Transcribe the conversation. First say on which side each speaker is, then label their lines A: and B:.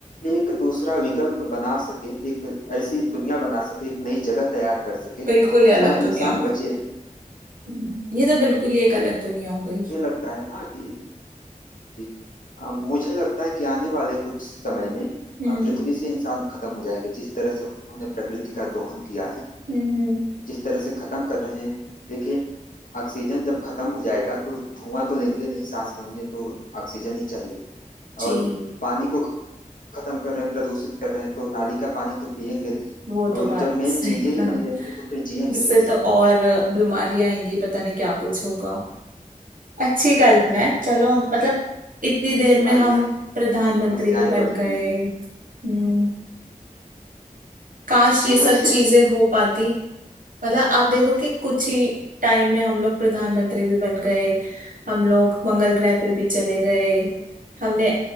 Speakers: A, on the left; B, on the right.
A: एक दूसरा विकल्प बना सके एक ऐसी दुनिया बना सके एक नई जगह तैयार कर सके
B: बिल्कुल ही अलग
A: जहां इंसान
B: दुनिया
A: बचे रहे
B: हम्म, ये तो बिल्कुल ही एक
A: मुझे
B: अलग दुनिया हो गई
A: लगता है ना कि जी अ, मुझे लगता है कि आने वाले कुछ समय में अ,
B: हम्म
A: पृथ्वी से इंसान खत्म हो जाएंगे जिस तरह से उन्होंने प्रकृति का दोहन किया है
B: हम्म हम्म,
A: जिस तरह से खत्म कर रहे हैं देखिए ऑक्सीजन जब खत्म हो जाएगा तो धुआं तो लेंगे नहीं सांस में उन्हें तो ऑक्सीजन ही चाहिए
B: जी
A: और पानी को खत्म कर रहे हैं प्रदूषित कर रहे हैं तो नाली का पानी तो पियेंगे नहीं
B: वो तो
A: और
B: बात
A: जब मेन
B: सही
A: चीजें ही
B: है
A: नहीं रहेंगी तो फिर जिएंगे
B: उससे
A: कैसे
B: तो और बीमारियां आएंगी पता नहीं क्या कुछ होगा अच्छी कल्पना है चलो हम मतलब इतनी देर
A: बीमारियां
B: में हम
A: आएंगी
B: प्रधानमंत्री
A: समस्याएं
B: भी बन
A: बढ़ेंगी
B: गए हम्म काश ये
A: जी
B: सब
A: हाँ <laughs>
B: चीजें हो पाती मतलब आप देखो कि कुछ ही टाइम में हम लोग प्रधानमंत्री भी बन गए हम लोग मंगल ग्रह पे भी चले गए हमने